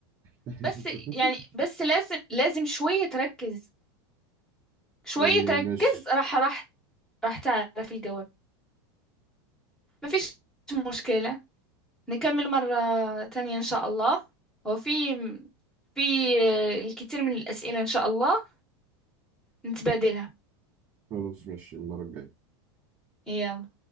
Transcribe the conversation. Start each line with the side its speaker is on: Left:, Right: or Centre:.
Right: <laughs>
Centre: بس يعني بس لازم لازم شوية تركز شوية
Right: يعني
Centre: تركز
Right: مش
Centre: راح راح راح تعرف الجواب مفيش مشكلة نكمل مرة تانية إن شاء الله وفي في آه، الكثير من الأسئلة إن شاء الله نتبادلها
Right: خلاص مش المرة الجاية
Centre: يلا